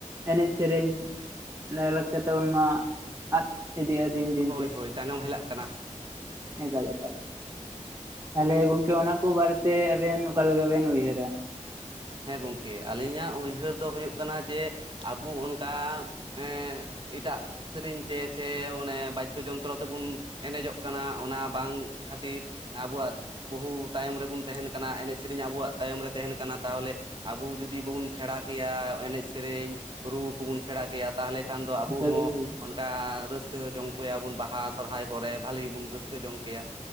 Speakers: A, on the right; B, on the right.
A: ᱮᱱᱮᱜ ᱥᱮᱨᱮᱧ ᱞᱟᱭᱼᱞᱟᱠᱪᱟᱨ ᱛᱟᱵᱚᱱ ᱢᱟ ᱟᱫᱽ ᱤᱫᱤᱜᱼᱟ ᱫᱤᱱ ᱫᱤᱱᱛᱮ᱾
B: ᱦᱳᱭ ᱦᱳᱭ ᱛᱟᱭᱱᱚᱢ ᱦᱮᱞᱟᱜ ᱠᱟᱱᱟ
A: ᱮᱠᱟᱞ ᱮᱠᱟᱞ, ᱛᱟᱦᱚᱞᱮ ᱜᱚᱝᱠᱮ ᱚᱱᱟ ᱠᱚ ᱵᱟᱨᱮᱛᱮ ᱟᱵᱮᱱ ᱚᱠᱟᱞᱮᱠᱟ ᱵᱮᱱ ᱩᱭᱦᱟᱹᱨᱟ?
B: ᱦᱮᱸ ᱜᱚᱝᱠᱮ ᱟᱹᱞᱤᱧᱟᱜ ᱩᱭᱦᱟᱹᱨ ᱫᱚ ᱦᱩᱭᱩᱜ ᱠᱟᱱᱟ ᱡᱮ ᱟᱵᱚ ᱚᱱᱠᱟ ᱦᱮᱸ ᱮᱴᱟᱜ ᱥᱮᱨᱮᱧ ᱛᱮ ᱥᱮ ᱚᱱᱮ ᱵᱟᱫᱽᱫᱚ ᱡᱚᱱᱛᱨᱚ ᱛᱮᱵᱚᱱ ᱮᱱᱮᱡᱚᱜ ᱠᱟᱱᱟ ᱚᱱᱟ ᱵᱟᱝ ᱠᱷᱟᱹᱛᱤᱨ ᱟᱵᱚᱣᱟᱜ ᱵᱟᱹᱦᱩ ᱛᱟᱭᱚᱢ ᱨᱮᱵᱚᱱ ᱛᱟᱦᱮᱸᱱ ᱠᱟᱱᱟ ᱮᱱᱮᱡ ᱥᱮᱨᱮᱧ ᱟᱵᱚᱣᱟᱜ ᱛᱟᱭᱚᱢ ᱨᱮ ᱛᱟᱦᱮᱸᱱ ᱠᱟᱱᱟ, ᱛᱟᱦᱚᱞᱮ ᱟᱵᱚ ᱡᱩᱫᱤ ᱵᱚᱱ ᱥᱮᱬᱟ ᱠᱮᱭᱟ ᱮᱱᱮᱡ ᱥᱮᱨᱮᱧ ᱨᱩ ᱠᱚᱵᱚᱱ ᱥᱮᱬᱟ ᱠᱮᱭᱟ ᱛᱟᱦᱚᱞᱮ ᱠᱷᱟᱱ ᱫᱚ ᱟᱵᱚ
A: ᱮᱠᱟᱞ
B: ᱦᱚᱸ
A: ᱮᱠᱟᱞ
B: ᱚᱱ ᱠᱟ ᱨᱟᱹᱥᱠᱟᱹ ᱡᱚᱝ ᱠᱚᱭᱟᱵᱚᱱ ᱵᱟᱦᱟ ᱥᱚᱨᱦᱟᱭ ᱠᱚᱨᱮ ᱵᱷᱟᱹᱞᱮ ᱵᱚᱱ ᱨᱟᱹᱥᱠᱟᱹ ᱡᱚᱝ ᱠᱮᱭᱟ᱾